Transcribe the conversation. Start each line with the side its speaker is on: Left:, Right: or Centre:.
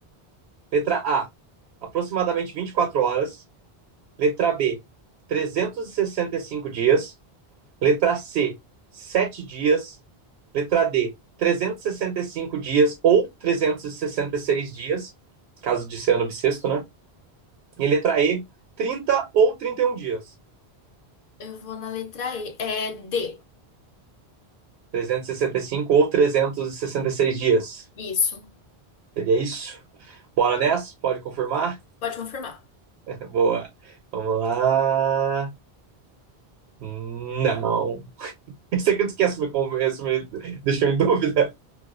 Right: Letra A, aproximadamente 24 horas. Letra B, trezentos e e sessenta e cinco dias. Letra C, 7 dias. Letra D, trezentos e e sessenta e cinco dias ou trezentos e e sessenta e seis dias, caso de ser ano bissexto, né? E letra E, 30 ou 31 dias.
Left: Eu vou na letra E. É D.
Right: trezentos e e sessenta e cinco ou trezentos e e sessenta e seis dias.
Left: Isso.
Right: Seria isso? Bora nessa? Pode confirmar?
Left: Pode confirmar.
Right: <laughs> Boa. Vamos lá. Não. <laughs> Esse aqui tu esquece, me, conv- me <laughs> deixou em dúvida.